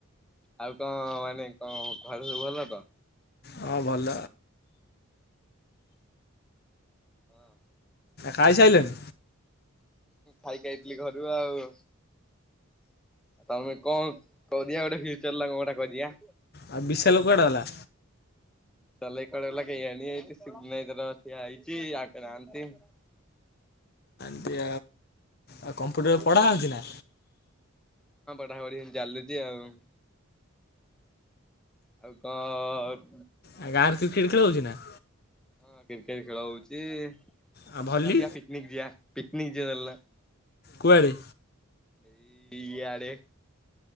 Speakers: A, in the centre; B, on the left.
A: ଆଉ କଣ ମାନେ କଣ ଘର ସବୁ ଭଲ ତ।
B: ହଁ ଭଲ।
A: ହଁ।
B: ଖାଇ ସାଇଲଣି।
A: ଖାଇଯାଇଥିଲି ଘରୁ ଆଉ ତମେ କଣ କରିଆ ଗୋଟେ ଫ୍ୟୁଚର ଲୋନ ଗୋଟା କରିଆ।
B: ଆ ବିଶାଲ କୁଆଡେ ଗଲା?
A: ବିଶାଲ ଭାଇ କୁଆଡେ ଗଲା କେଇଆଣି ଏଠି <unintelligible> ଠିଆଇଚି <unintelligible>
B: <unintelligible> ଆଉ କମ୍ପ୍ୟୁଟର
A: ଆଉ
B: ପଢା ହଉଚି ନା?
A: ପଢ଼ାପଢ଼ି ଚାଲୁଚି ଆଉ। ଆଉ କଣ?
B: ଆଉ ଗାଁରେ କ୍ରିକେଟ୍ ଖେଳ ହଉଚି ନା?
A: ହଁ କ୍ରିକେଟ୍ ଖେଳ ହଉଚି। ଚାଲୁନ
B: ଆଉ ଭଲି
A: ଯିବା ପିକନିକ ଯିବା। ପିକନିକ ଯିବା ଚାଲୁନ।
B: କୁଆଡ଼େ?
A: ଏଇ ଇଆଡେ।